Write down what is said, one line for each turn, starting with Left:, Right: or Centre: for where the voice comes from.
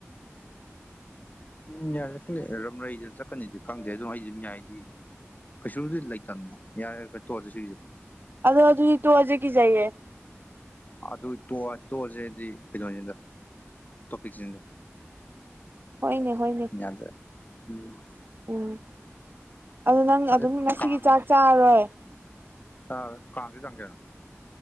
Left: ꯎꯝ ꯌꯥꯔꯛ ꯀꯅꯤ ꯔꯝꯗꯩꯗ ꯖꯠ ꯀꯅꯗꯤ ꯈꯪꯗꯦ ꯑꯗꫭ ꯑꯩꯗꯤ ꯑꯗꯨꯝ ꯌꯥꯔꯦꯗꯤ ꯀꯩꯁꯨꯝꯗꯤ ꯂꯩꯇꯝꯅꯤꯗ ꯌꯥꯔꯦ ꯇꫭꯛꯑꯁꯤ ꯁꯤꯒꯤꯁꯦ꯫
Right: ꯑꯗꯣ ꯑꯗꯨ ꯇꯨꯖꯤꯛꯀꯤꯖꯏꯌꯦ꯫
Left: ꯑꯗꯨ ꯇꯣꯛꯑꯁꯦꯗꯤ ꯀꯩꯅꫭꯅꯤꯗ ꯀꯞꯤꯖꯤꯟꯗ
Right: ꯍꯣꯏꯅꯦ ꯍꯣꯏꯅꯦ
Left: ꯌꯥꯗ ꯎꯝ
Right: ꯎꯝ ꯑꯗꯨ ꯅꯪ
Left: ꯈꯪꯗꯦ
Right: ꯑꯗꯨꯝ ꯉꯁꯤꯒꯤ
Left: ꯀꯥꯡ
Right: ꯆꯥꯛ ꯆꯥꯔꯔꯣꯏ
Left: ꯆꯥꯔꯣꯏ ꯀꯥꯡꯗ ꯇꯥꯡ ꯀꯌꯥꯅꫭ